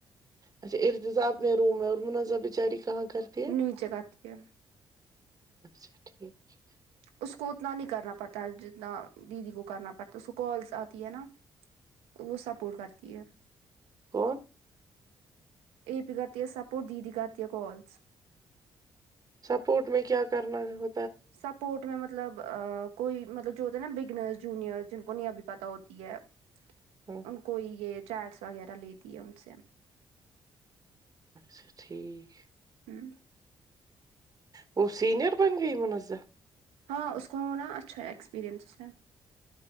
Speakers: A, on the right; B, on the right.
A: اچھا ارتزا اپنے روم میں اور منازا بچاری کہاں کرتی ہے
B: نیچے گاتی ہے
A: <unintelligible>
B: اس کو اتنا نہیں کرنا پڑتا جتنا دیدی کو کرنا پڑتا ہے اس کو کالس آتی ہے نا وہ سپورٹ کرتی ہے
A: <unintelligible>
B: یہ بھی کرتی ہے سپورٹ دیدی کرتی ہے کالس
A: سپورٹ میں کیا کرنا ہے ہو
B: سپورٹ میں مطلب کوئی مطلب جو ہو ہے نا بگنرس جونیئرس جن کو نہیں ابھی پتا ہوتی ہے <inaudible>
A: <inaudible>
B: ان کو یہ چیٹس وغیرہ لیتی ہے ان سے
A: اچھا ٹھیک
B: ہوں
A: وہ سینئر بن گئی منزہ
B: ہاں اس کو ہونا اچھا ایکسپیریئنس ہے